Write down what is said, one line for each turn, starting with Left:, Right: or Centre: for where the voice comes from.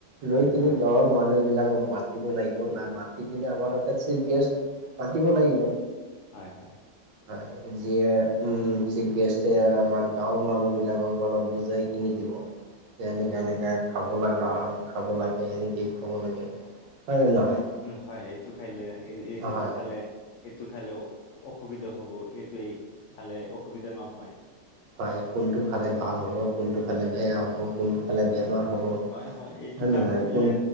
Left: হয়,
Right: লৈ কিনি
Left: হয়,
Right: গাঁৱৰ মানুহ বিলাকক মাত। মাতি লাগিব মাতি কিনে আমাৰ এটা চিফ গেষ্ট মাতিব লাগিব।
Left: হয়, হয়।
Right: হয়। যিয়ে উম চিফ গেষ্টে আমাৰ গাঁৱৰ মানুহ বিলাকক অলপ বুজাই কিনি দিব। এনেকে এনেকে খাব লগা হয় খাব লাগে এনেকেই খাব লাগে। হয় নে নহয়?
Left: উম, হয়। এইটো খাইলে এইটো
Right: হয়
Left: খালে এইটো খালে অসুবিধা হব এইটো এই খালে অসুবিধা নহয়।
Right: পায়, কোনটো খালে ভাল হ'ব, কোনটো খালে বেয়া হ'ব, কোনটো খালে বেমাৰ হ'ব
Left: হয়, এইটো
Right: হয় নে
Left: কাম
Right: নাই?
Left: কৰিলে
Right: কোন